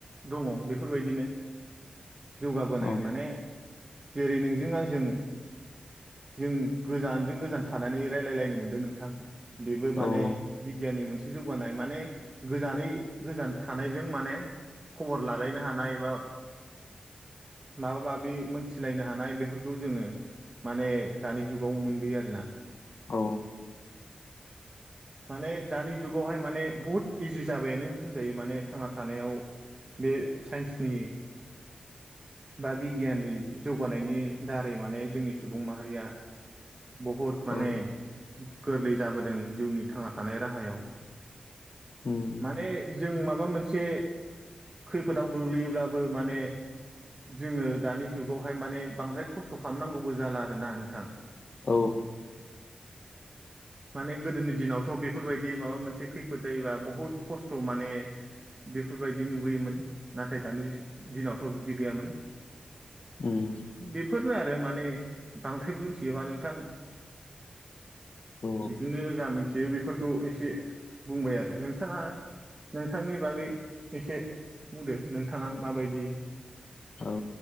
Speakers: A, on the right (about 25°); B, on the left (about 55°).
A: दङ' बेफोरबायदिनो जौगाबोनाय
B: औ
A: माने जेरै नोंजों आंजों जों गोजानजों गोजान थानानै रायलायलायनो मोनदों नोंथां। बेबो
B: औ
A: माने बिगियाननि मोन जौगानाय माने गोजानै गोजान थानायजों माने खबर लालायनो हानाय बा माबा माबि मोनथिलायनो हानाय बेफोरखौ जोङो माने दानि जुगाव मोनबोयो आरो ना
B: औ
A: माने दानि जुगावहाय माने बुहुत इजि जाबायानो होनजायो माने थांना थानायाव बे साइन्सनि बा बिगियाननि जौगानायनि दारै माने जोंनि सुबुं माहारिया बहुत माने
B: औ
A: गो गोरलै जाबोदों जिउनि थांना थानाय राहायाव
B: उम
A: माने जों मा माबा मोनसे खैफोदाव गोग्लैयोब्लाबो माने जोङो दानि जुगावहाय माने बांद्राय खस्थ' खालामनांगौबो जाला आरोना नोंथां।
B: औ
A: माने गोदोनि दिनाव थ' बेफोरबायदि माबा मोनसे खैफोद जायोबा बुहुत खस्थ' माने बेफोरबायदि नुबोयोमोन नाथाय दानि दिनावथ' बिदि गैयामोन।
B: उम
A: बिब बेफोरनो आरो माने बांद्राय मिथियोबा नोंथां
B: औ
A: बिदिनो जा मिनथि यो बेफोरखौ एसे बुंबाय आरो नोंथाङा नोंथांनि बागै एसे बुंदो नोंथाङा माबायदि
B: औ